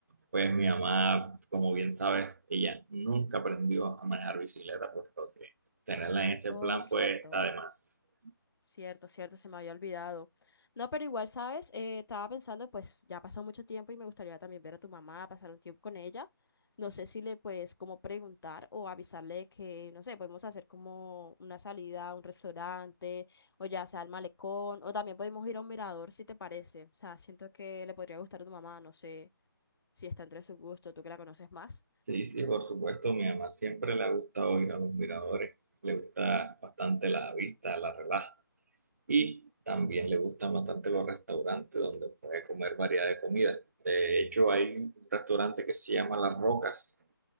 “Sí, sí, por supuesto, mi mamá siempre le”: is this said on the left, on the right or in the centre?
Right